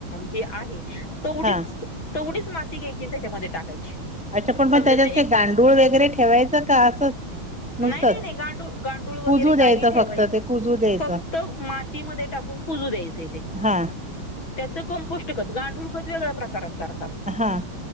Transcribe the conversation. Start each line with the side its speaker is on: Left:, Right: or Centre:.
Left: हे आहे तेवढीच
Centre: हां
Left: तेवढीच माती घ्यायची त्याच्यामध्ये टाकायची.
Centre: अच्छा पण
Left: समजायच
Centre: मग त्याच्यात
Left: एक
Centre: काही गांडूळ वगैरे ठेवायचं का असंच
Left: नाही
Centre: नुसतंच.
Left: नाही नाही गांडूळ गांडूळ वगैरे
Centre: कुजू
Left: काही.
Centre: द्यायचं
Left: ठेवा
Centre: फक्त ते कुजू द्यायचं
Left: फक्त मातीमध्ये टाकून कजू द्यायच ते
Centre: हां
Left: त्यां कं्पोस्ट खत गांडूळ खत वेगळ्या प्रकारात करत.
Centre: हा.